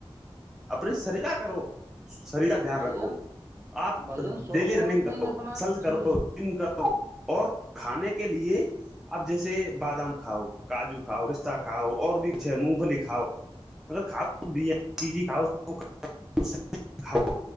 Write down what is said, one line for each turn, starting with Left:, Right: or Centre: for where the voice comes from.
Centre: اپنی سریرا کرو شریر کا دھیان
Right: بھائی
Centre: رکھو
Right: جان
Centre: آپ
Right: بھائی جان شوق
Centre: ڈیلی رننگ
Right: موج
Centre: کرول
Right: میں ہی اپنا جیون
Centre: کرو جم کرو اور کھانے کے لیے آپ جیسے بادام کھاؤ کاجو کھاؤ کتا کاؤ اور بھی کچھ ہے مونگ پلی کاؤ مطلب کھؤ کھؤ کھاؤ